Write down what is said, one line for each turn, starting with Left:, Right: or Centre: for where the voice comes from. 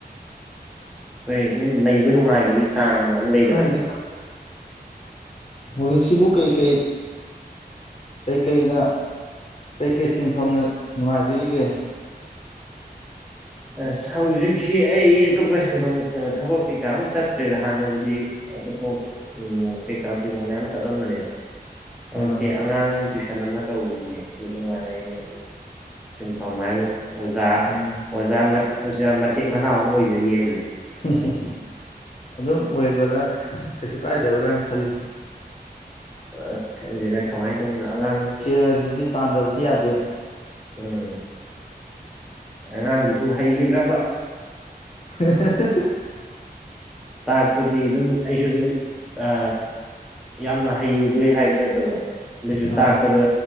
Centre: ꯑꯩꯈꯣꯏ ꯑꯗꯨꯝ ꯂꯩꯕ ꯅꯨꯡꯉꯥꯏꯕꯒꯤ ꯆꯥꯡ ꯑꯃ ꯂꯩꯗꯅ
Left: ꯈꯪꯗꯦꯗ ꯍꯨꯖꯤꯛꯁꯤꯕꯨ ꯀꯩꯀꯩ ꯀꯩꯀꯩꯅ ꯀꯩꯀꯩ ꯁꯤꯟꯐꯝꯅ ꯅꯨꯡꯉꯥꯏꯕꯤꯔꯤꯒꯦ
Centre: ꯑꯁ ꯍꯧꯖꯤꯛꯁꯤ ꯑꯩ ꯑꯇꯣꯞꯄ ꯁꯤꯟꯐꯝ ꯊꯕꯛ ꯀꯩꯀꯥ ꯑꯝ ꯆꯠꯇ꯭ꯔꯦꯗ ꯍꯥꯟꯅꯕꯨꯗꯤ ꯑꯗꯨꯐꯥꯎ ꯇꯦꯛꯇꯥꯛ ꯇꯦꯛꯇꯥꯛ ꯃꯌꯥꯝ ꯆꯠꯂꯝꯕꯅꯦ ꯍꯧꯖꯤꯛꯇꯤ
Left: ꯑꯥ
Centre: ꯑꯉꯥꯡ ꯇꯨꯏꯁꯟ ꯑꯃ ꯇꯧꯔꯤꯌꯦ ꯁꯤ ꯃꯉꯥꯏꯔꯦ ꯑꯩꯅ ꯍꯧꯖꯤ ꯁꯤꯟꯐꯝ ꯍꯥꯏꯕꯨ ꯑꯣꯖꯥ
Left: ꯎꯝ
Centre: ꯑꯣꯖꯥ ꯃꯠ ꯑꯣꯖꯥ ꯃꯇꯦꯛ ꯃꯅꯥꯎ ꯑꯃ ꯑꯣꯏꯖꯔꯤꯌꯦ ꯑꯗꯨꯗꯤ
Left: <unintelligible> ꯑꯗꯨꯝ ꯑꯣꯏꯕꯗ ꯀꯩꯁꯨ ꯀꯥꯏꯗꯕ꯭ꯔꯥꯅ ꯈꯜꯂꯤ
Centre: ꯑꯁ ꯈꯪꯗꯤꯗ ꯀꯃꯥꯏꯅ ꯇꯧꯅꯣ ꯑꯉꯥꯡ
Left: ꯁꯦꯜ ꯑꯁꯤꯗꯤ ꯇꯥꯟꯗꯕꯗꯤ ꯌꯥꯗꯦ
Centre: ꯎꯝ ꯑꯉꯥꯡꯗꯨꯁꯨ ꯍꯩꯈꯤꯗ꯭ꯔꯕ
Left: <unintelligible>
Centre: ꯇꯥꯛꯄꯗꯤ ꯑꯗꯨꯝ ꯑꯩꯁꯨ ꯑꯗꯨꯝ ꯑ ꯌꯥꯝꯅ ꯍꯩꯔꯨꯕꯩ ꯍꯥꯏꯕ ꯅꯠꯇꯕ ꯑꯗꯩꯁꯨ
Left: ꯑꯥ
Centre: ꯇꯥꯛꯄꯗ